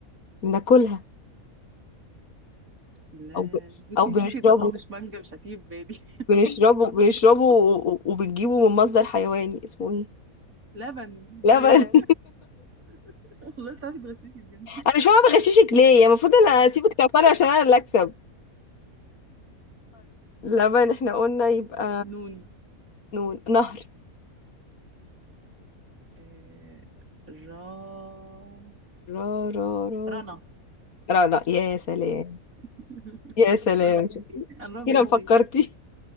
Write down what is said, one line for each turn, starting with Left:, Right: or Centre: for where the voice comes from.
Left: بناكلها
Right: لا
Left: او ب...
Right: بصي
Left: او بنشربه
Right: شوفي طالما مش مانجا مش هتيجي في بالي <laughs>
Left: بنشربه بنشربه و- و- وبنجيبه من مصدر حيواني اسمه ايه
Right: لبن ياه
Left: لبن <laughs>
Right: <laughs> والله تعرفي تغششي بجد
Left: انا مش فاهمة بغششك ليه يعني المفروض انا اسيبك تعطلي عشان انا اللي اكسب لبن احنا قلنا يبقى
Right: نون
Left: نون نهر
Right: آه را
Left: را را را
Right: رنا
Left: را لا يا سلام
Right: <laughs>
Left: يا سلام
Right: را بعيد
Left: شفتي
Right: ليه انا را بعيد
Left: كده فكرتي
Right: ليه